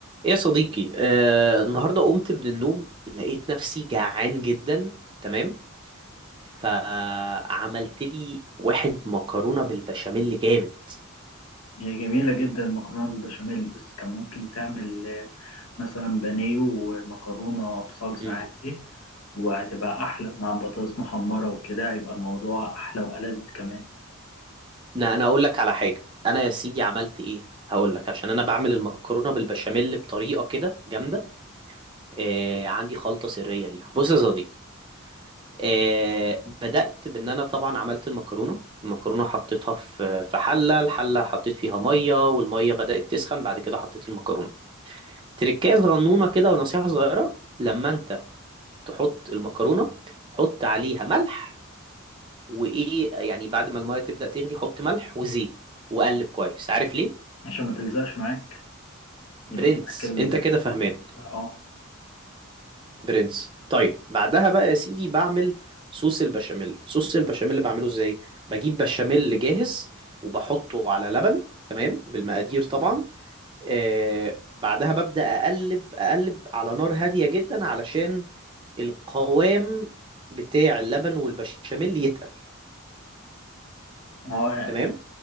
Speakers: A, on the right (about 20°); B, on the left (about 75°).
A: ايه يا صديقي آه، النهارده قمت من النوم لقيت نفسي جعان جدا تمام فعملت لي واحد مكرونه بالبشاميل جامد
B: هي جميلة جدا المكرونة بالبشاميل بس كان ممكن تعمل آه، مثلا بانيه ومكرونة بصلصة
A: مم.
B: عادي وهتبقى أحلى مع بطاطس محمرة وكده هيبقى الموضوع أحلى وألذ كمان
A: لا انا اقول لك على حاجه انا يا سيدي عملت ايه هقول لك عشان انا بعمل المكرونه بالبشاميل بطريقه كده جامده آه، عندي خلطه سريه ليها بص يا صديقي آه، بدأت بإن أنا طبعا عملت المكرونة، المكرونة حطيتها في في حلة، الحلة حطيت فيها مية والمية بدأت تسخن بعد كده حطيت المكرونة. تركايه صغنونه كده ونصيحة صغيرة لما انت تحط المكرونة حط عليها ملح وايه يعني بعد ما المية تبدأ تغلي حط ملح وزيت وقلب كويس عارف ليه؟
B: عشان ما تلزقش معاك يبقى
A: برنس
B: معاك ال
A: انت كده فهمان
B: اه
A: برنس طيب بعدها بقى يا سيدي بعمل صوص البشاميل صوص البشاميل اللي بعمله ازاي؟ بجيب بشاميل جاهز وبحطه على لبن تمام بالمقادير طبعا آه، بعدها ببدأ أقلب أقلب على نار هادية جدا علشان القوام بتاع اللبن والبشاميل يتقل
B: هو يعني
A: تمام